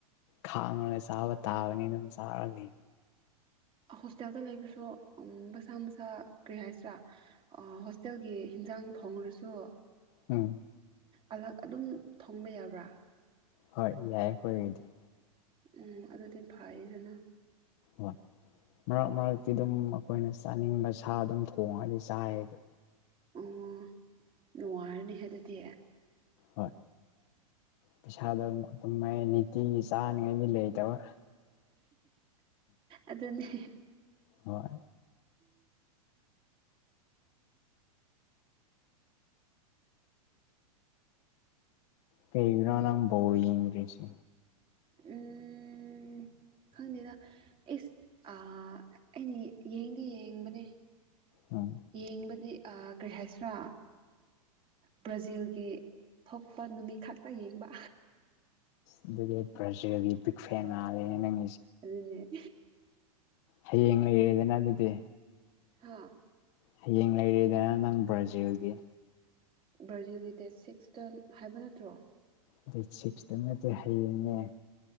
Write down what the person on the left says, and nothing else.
ꯈꯥꯡꯉꯒ ꯆꯥꯕ ꯇꯥꯕꯅꯤꯅ ꯑꯗꯨꯝ ꯆꯥꯔ ꯂꯩ
ꯎꯝ
ꯍꯣꯏ ꯌꯥꯏꯦ ꯑꯣꯏꯉꯗꯤ
ꯍ ꯃꯔꯛ ꯃꯔꯛꯇꯤ ꯑꯗꯨꯝ ꯑꯩꯈꯣꯏꯅ ꯆꯥꯅꯤꯡꯕ ꯁꯥ ꯑꯗꯨꯝ ꯊꯣꯡꯉꯗꯤ ꯆꯥꯏꯗ
ꯍꯣꯏ ꯄꯩꯁꯥꯗꯣ ꯑꯗꯨꯝ ꯅꯤꯇꯤꯒꯤ ꯆꯥꯅꯤꯉꯥꯏꯗꯤ ꯂꯩꯇꯕ
ꯍꯣꯏ ꯀꯩꯒ꯭ꯔꯣ ꯂ ꯏꯦꯁꯦ
ꯎꯝ
ꯑꯗꯨꯗꯒꯤ ꯕ꯭ꯔꯥꯖꯤꯜꯒꯤ ꯕꯤꯛ ꯐꯦꯅꯥ ꯂꯩꯅ ꯅꯪ
ꯍꯌꯦꯡ ꯂꯩꯔꯦꯗꯅ ꯑꯗꯨꯗꯤ
ꯍꯌꯦꯡ ꯂꯩꯔꯤꯗꯅ ꯅꯪ ꯕ꯭ꯔꯥꯖꯤꯜꯒꯤ
ꯑꯗꯨ ꯁꯤꯛꯁꯇ ꯅꯗꯤ ꯍꯡꯉꯦ